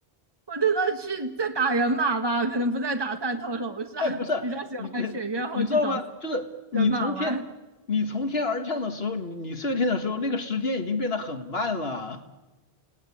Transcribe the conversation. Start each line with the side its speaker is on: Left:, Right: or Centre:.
Right: 我真的去在打人马吧，可能不在打三头龙上，
Left: 哎，
Right: <laughs>
Left: 不是，
Right: 比较喜欢选月后去找
Left: 你这你知道吗？就是你从天你从天而降的时候，
Right: 人马玩。
Left: 你你射箭的时候，那个时间已经变得很慢了。